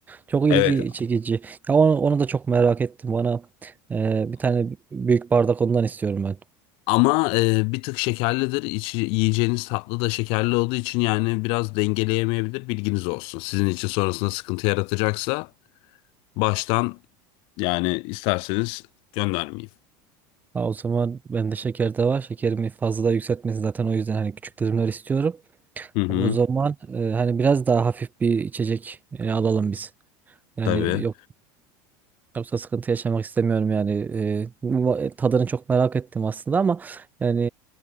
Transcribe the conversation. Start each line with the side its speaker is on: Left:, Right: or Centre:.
Right: Çok
Left: evet
Right: ilgi çekici. Ya onu, onu da çok merak ettim. Bana e, bir tane büyük bardak ondan istiyorum ben.
Left: Ama e, bir tık şekerlidir. İçi, yiyeceğiniz tatlı da şekerli olduğu için yani biraz dengeleyemeyebilir. Bilginiz olsun. Sizin için sonrasında sıkıntı yaratacaksa baştan yani isterseniz göndermeyeyim.
Right: Ha, o zaman bende şeker de var. Şekerimi fazla yükseltmesin zaten o yüzden hani küçük dilimler istiyorum.
Left: Hı hı,
Right: O zaman e, hani biraz daha hafif bir içecek e, alalım biz. Yani
Left: tabii.
Right: yok yoksa sıkıntı yaşamak istemiyorum yani. E, bu- e, tadını çok merak ettim aslında ama yani